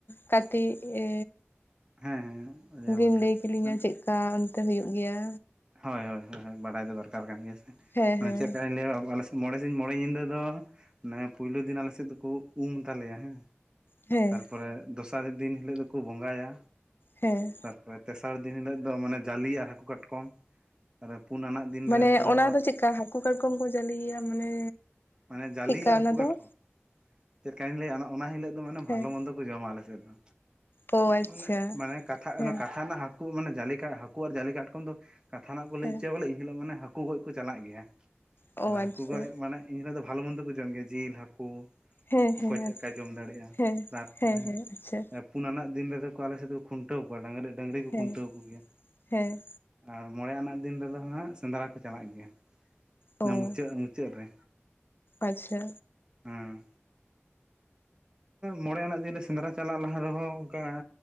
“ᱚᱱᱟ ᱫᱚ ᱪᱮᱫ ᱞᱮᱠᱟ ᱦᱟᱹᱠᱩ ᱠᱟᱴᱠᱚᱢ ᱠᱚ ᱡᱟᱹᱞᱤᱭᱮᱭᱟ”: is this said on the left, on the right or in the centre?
Left